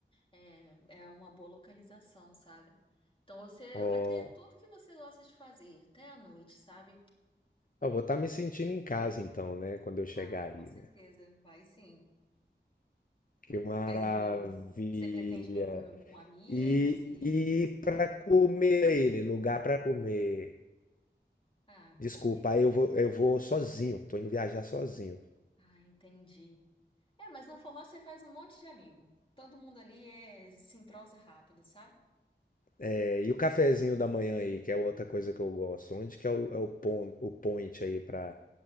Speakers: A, on the left; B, on the left.
A: é, é uma boa localização, sabe? Então você
B: ó,
A: vai ter tudo que você gosta de fazer, até à noite, sabe?
B: eu vou estar me sentindo em casa então, né, quando eu chegar
A: Ah,
B: aí,
A: com certeza,
B: né?
A: vai sim.
B: Que maravilha!
A: Aí você pretende vir com, com amigos
B: E,
A: e
B: e para comer ele, lugar para comer.
A: ah,
B: Desculpa,
A: comer?
B: aí eu vou, eu vou sozinho, tô indo viajar sozinho.
A: Ah, entendi. É, mas no forró você faz um monte de amigo. Todo mundo ali é, se entrosa rápido, sabe?
B: É, e o cafezinho da manhã aí, que é outra coisa que eu gosto. Onde que é o, é o, pon- o point aí pra,